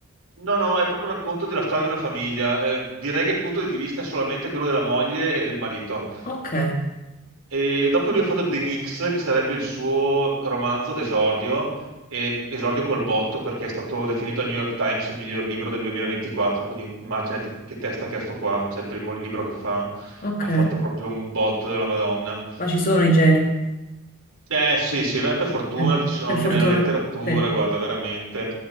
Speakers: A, on the right; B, on the left.
A: no, no, è proprio il racconto della storia di una famiglia. Eh, direi che il punto di vista è solamente quello della moglie e del marito.
B: Ok,
A: E dopo lui ha fatto The Nix, che sarebbe il suo romanzo d'esordio, e esordio col botto perché è stato definito al New York Times il miglior libro del 2024, quindi immaginati che testa che ha sto qua, cioè il primo libro che fa,
B: ok,
A: ha fatto proprio un botto della Madonna.
B: ma ci sono i geni,
A: Eh sì, sì, beh, per fortuna
B: Sì.
A: che ci sono
B: Per
A: anche
B: fortuna,
A: nella letteratura,
B: sì.
A: guarda, veramente.